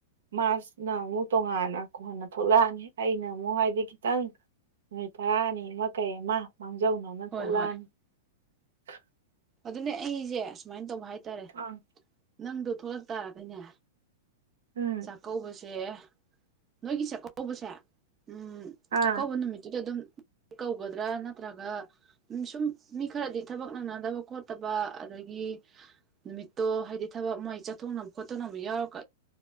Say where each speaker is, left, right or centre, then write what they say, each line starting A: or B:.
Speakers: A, on the right; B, on the right.
A: ꯃꯥꯁꯤꯅ ꯑꯃꯨꯛ ꯇꯣꯉꯥꯟꯅ ꯀꯣꯛꯍꯟꯅ ꯊꯣꯛꯂꯛꯑꯅꯤ ꯑꯩꯅ ꯃꯣꯛꯍꯥꯏꯗꯤ ꯈꯤꯇꯪ ꯅꯨꯃꯤꯠ ꯇꯔꯥꯅꯤ ꯑꯃ ꯀꯩ ꯑꯃ ꯃꯥꯡꯖꯧꯅꯅ
B: ꯍꯣꯏ
A: ꯊꯣꯛꯂꯛꯑꯅꯤ
B: ꯍꯣꯏ
A: <unintelligible>
B: ꯑꯗꯨꯅꯦ ꯑꯩꯁꯦ ꯁꯨꯃꯥꯏꯅꯂ ꯇꯧꯕ ꯍꯥꯏꯇꯥꯔꯦ
A: ꯑꯥ
B: ꯅꯪꯗꯣ ꯊꯣꯛꯂꯛ ꯇꯥꯔꯒꯅꯦ
A: ꯎꯝ
B: ꯆꯥꯛꯀꯧꯕꯁꯦ ꯅꯣꯏꯒꯤ ꯆꯥꯛꯀꯧꯕꯁꯦ ꯎꯝ
A: ꯑꯥ
B: ꯆꯥꯛꯀꯧꯕ ꯅꯨꯃꯤꯠꯇꯨꯗ ꯑꯗꯨꯝ ꯀꯧꯒꯗ꯭ꯔꯥ ꯅꯠꯇ꯭ꯔꯒ ꯎ ꯁꯨꯝ ꯃꯤ ꯈꯔꯗꯤ ꯊꯕꯛ ꯅꯪꯅꯗꯕ ꯈꯣꯠꯇꯕ ꯑꯗꯒꯤ ꯅꯨꯃꯤꯠꯇꯣ ꯍꯥꯏꯗꯤ ꯊꯕꯛ ꯃꯣꯏ ꯆꯠꯊꯣꯛꯅꯕ ꯈꯣꯠꯇꯣꯛꯅꯕ ꯌꯥꯎꯔꯛ